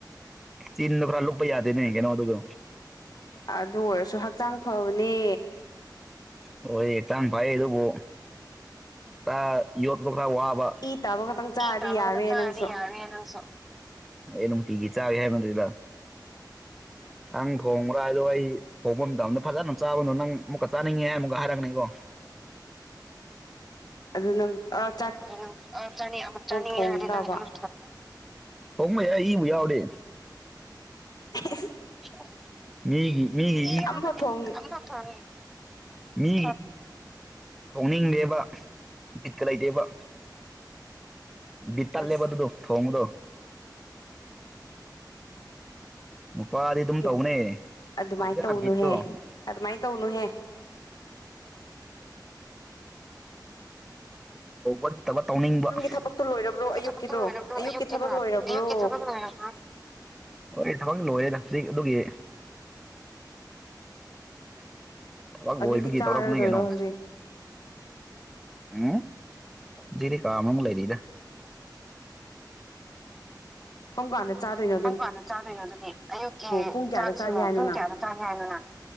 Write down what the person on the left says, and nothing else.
ꯑꯗꯨ ꯑꯣꯏꯔꯁꯨ ꯍꯛꯆꯥꯡ ꯐꯕꯅꯦ
ꯏ ꯇꯥꯕ ꯈꯛꯇꯪ ꯆꯥꯔꯗꯤ
ꯌꯥꯔꯣꯏ ꯅꯪꯁꯨ
ꯑꯗꯨ ꯅꯪ ꯑ
ꯊꯣꯡꯗꯕ
ꯑꯦ
ꯑꯝꯐꯥꯎ ꯊꯣꯡꯉꯣ
ꯑꯁ
ꯑꯦ
ꯑꯗꯨꯃꯥꯏꯅ ꯇꯧꯅꯨꯍꯦ ꯑꯗꯨꯃꯥꯏꯅ ꯇꯧꯅꯨꯍꯦ
ꯅꯪꯒꯤ ꯊꯕꯛꯇꯣ ꯂꯣꯏꯔꯕ꯭ꯔꯣ
ꯑꯌꯨꯛꯀꯤꯗꯣ
ꯑꯌꯨꯛꯀꯤ
ꯊꯕꯛ ꯂꯣꯏꯔꯕ꯭ꯔꯣ
ꯑꯗꯨꯗꯤ
ꯆꯥꯔꯗꯣꯏꯔꯣ
ꯍꯧꯖꯤꯛ
ꯀꯝ ꯀꯥꯟꯗ ꯆꯥꯗꯣꯏꯣ
ꯄꯨꯡ ꯀꯌꯥꯗ
ꯆꯥꯒꯦ ꯍꯥꯏꯅꯣ
ꯅꯪ